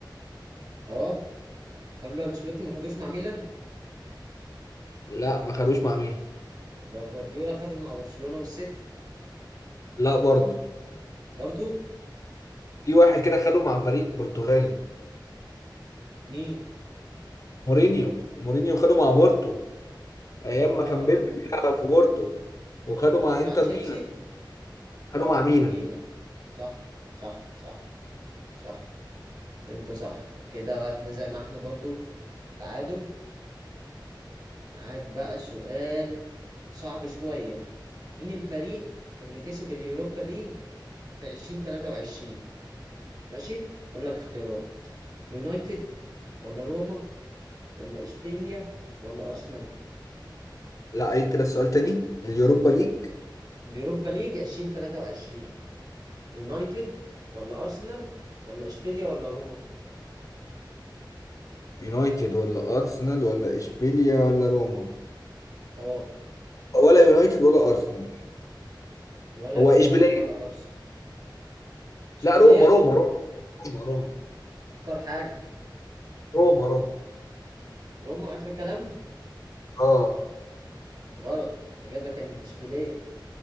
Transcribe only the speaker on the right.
اه كارلو انشيلوتي ما خدوش مع ميلان
يبقى جوارديولا خده مع برشلونة والسيتي
برضو
مين
اه
و-
طب وخده
مع
تشيلسي
اه
انتر
ميلان صح صح صح صح انت صح كده احنا زي ما احنا برضو تعادل معاك بقى سؤال صعب شوية مين الفريق اللي كسب اليوروبا ليج في 2023 ماشي اقول لك اختيارات يونايتد ولا روما ولا اشبيليا ولا ارسنال
اليوروبا ليج 2023 يونايتد ولا ارسنال ولا اشبيليا ولا روما
اه
ولا
يونايتد
ولا ارسنال اشبيليا
اختار حاجه
روما اخر كلام
غلط الاجابه كانت اشبيليا